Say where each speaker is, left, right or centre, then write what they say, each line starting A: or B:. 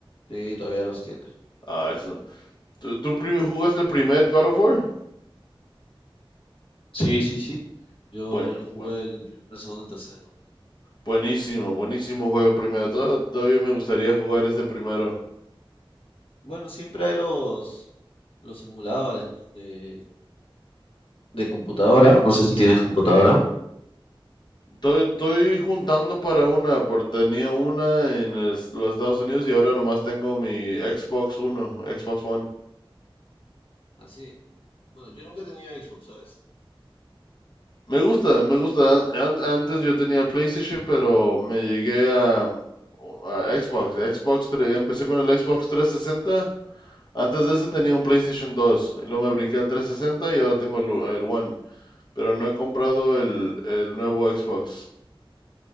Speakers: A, on the left; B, on the left.
A: Sí, todavía los tiene.
B: Ah, eso. ¿Tú, tú prim- jugaste el primer God of War?
A: Sí, sí, sí. Yo,
B: Bueno,
A: yo jugué
B: bueno,
A: el primero, el segundo, el tercero.
B: buenísimo, buenísimo juego el primero. Tod- Todavía me gustaría jugar este primero.
A: Bueno, siempre hay los, los simuladores, ¿no? de, de computadora. No sé si tienes computadora.
B: Estoy, estoy juntando para una, porque tenía una en es- los Estados Unidos y ahora nomás tengo mi Xbox Uno, Xbox One.
A: Así. Bueno, yo nunca he tenido Xbox, ¿sabes?
B: Me gusta, me gusta. An- antes yo tenía PlayStation, pero me llegué a, a Xbox. Xbox tre- empecé con el Xbox 360. Antes de ese tenía un PlayStation dos Y luego me brinqué al 360 y ahora tengo el, el One. Pero no he comprado el, el nuevo Xbox.